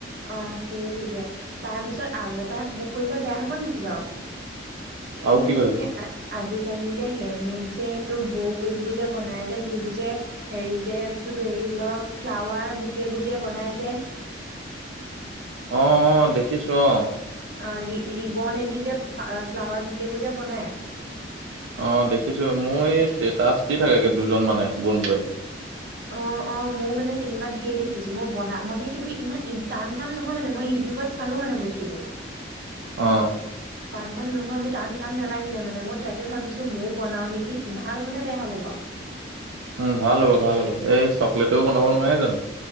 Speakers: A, on the right; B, on the right.
A: অ সেইটোকে তাৰ পিছত আৰু এটা ব কৰিলে বেয়া হব নেকি বাৰু
B: আৰু
A: এই
B: কি
A: যে
B: ভাবিছ? অ',
A: আজিকালি যে হেণ্ডমেড যে এই বুক এইবোৰ যে বনাই য যিবোৰ যে হেৰি যেটো ধৰি লও ফ্লাৱাৰ বুক এইবোৰ যে বনাই যে
B: অ অ দেখিছো অহ
A: অৰি ৰিবন এদি যে ফ্লাৱাৰ বকেবোৰ যে বনাই
B: অ দেখিছো মোৰ এই ষ্টেটাচ দি থাকে দুজন মানে বন্ধে
A: অ অ মইও মানে তেনেকুৱা ধঢেৰ দেখিছো মই বন মানে সেইটো ইমান টান কাম নহয় মানে মই ইউটিউবত চালো মানে বস্তুটো
B: অ
A: টান কাম নহয়, মোৰ টান কাম নালাগিলে মানে, মই তাকে ভাবিছো ময়ো বনাও নেকি! ভাল হ'ব নে বেয়া হ'ব বাৰু?
B: উম, ভাল হ'ব, ভাল হ'ব, এই চকলেটও বনাব নোৱাৰে জানো?